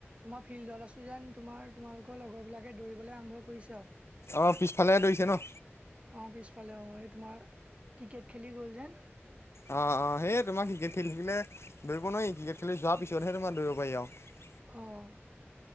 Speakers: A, on the right (about 25°); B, on the left (about 65°).
A: মই ফিল্ডত আছো যেন, তোমাৰ তোমালোক <unintelligible> লগৰবিলাকে দৌৰিবলে আৰম্ভ কৰিছে আৰু।
B: অ', পিছফালেহে দৌৰিছে ন।
A: অ পিছফালে অ এই তোমাৰ ক্ৰিকেট খেলি গ'ল যেন।
B: অ', অ', এই তোমাৰ ক্ৰিকেট খেলি থাকিলে দৌৰিব নোৱাৰি, ক্ৰিকেট খেলি যোৱাৰ পিছতহে তোমাৰ দৌৰিব পাৰি আৰু। <unintelligible>
A: অ'।